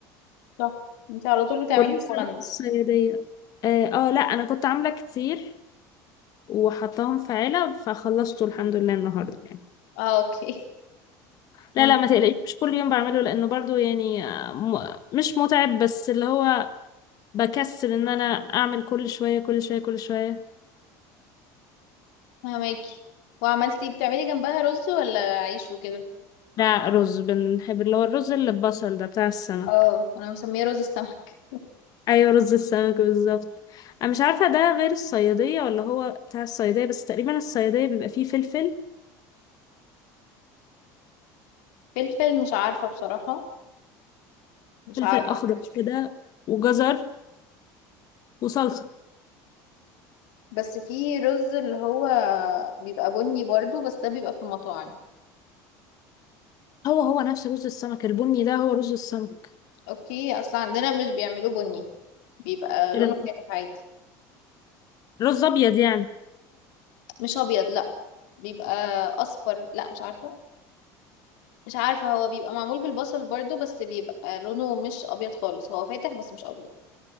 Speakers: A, on the left (about 75°); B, on the left (about 45°).
A: تحفه انتي على طول بتعملي
B: والرز
A: بابا
B: بقى
A: غنوج
B: الصيادية اه آه، لا انا كنت عاملة كتير وحطاهم في علب فخلصته الحمد لله النهارده يعني
A: اه اوكي ممكن
B: لا لا ما تقلقيش مش كل يوم بعمله لانه برضو يعني آه، م... مش متعب بس اللي هو بكسل ان انا اعمل كل شويه كل شويه كل شويه
A: فهماكي وعملتي بتعملي جنبها رز ولا عيش وكده
B: لا رز بنحب اللي هو الرز اللي ببصل ده بتاع السمك
A: اه انا مسميه رز السمك
B: ايوه رز السمك بالظبط انا مش عارفه ده غير الصياديه ولا هو بتاع الصياديه بس تقريبا الصياديه بيبقى فيه فلفل
A: <laughs> فلفل مش عارفه بصراحه مش
B: فلفل
A: عارفه
B: اخضر
A: معلش فكرة.
B: كده وجزر وصلصه
A: بس في رز اللي هو بيبقى بني برضو بس ده بيبقى في المطاعم
B: هو هو نفس رز السمك البني ده هو رز السمك
A: اوكي اصلا عندنا مش بيعملوه بني بيبقى لونه
B: ايه ده
A: فاتح عادي
B: رز ابيض يعني
A: مش ابيض لا بيبقى اصفر لا مش عارفه مش عارفه هو بيبقى معمول بالبصل برضو بس بيبقى لونه مش ابيض خالص هو فاتح بس مش ابيض